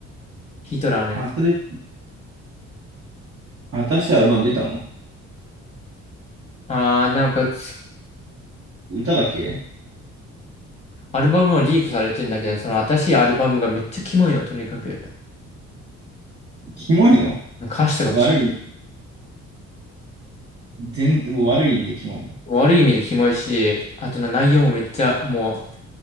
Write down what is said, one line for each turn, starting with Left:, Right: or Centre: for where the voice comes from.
Left: ヒトラーのやつ。
Right: 新し新しいアルバム出たの
Left: あー、なんかつ、
Right: 歌だけ
Left: アルバムもリークされてんだけど、その新しいアルバムがめっちゃキモいの、とにかく。
Right: キモいの
Left: 歌詞とかき
Right: 悪い、全、もう悪い意味でキモいの。
Left: 悪い意味でキモいし、あとな内容もめっちゃも